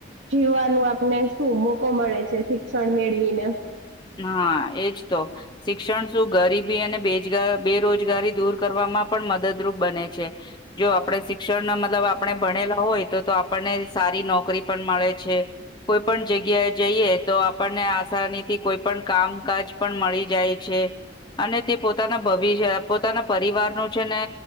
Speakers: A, on the right; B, on the left.
A: જીવવાનું આપને શું મોકો મળે છે, શિક્ષણ મેળવીને
B: હા, એજ તો શિક્ષણ શું ગરીબી અને બેરોજગારી દૂર કરવામાં પણ મદદરૂપ બને છે, જો આપણે શિક્ષણ મતલબ આપણે ભણેલા હોય તો તો આપણને સારી નોકરી પણ મળે છે, કોઈ પણ જગ્યા જઈએ તો આપણને આસાનીથી કોઈ પણ કામકાજ પણ મળી જાય છે, અને તે પોતાના ભવિષ્ય પોતાના પરિવારનું છે, ને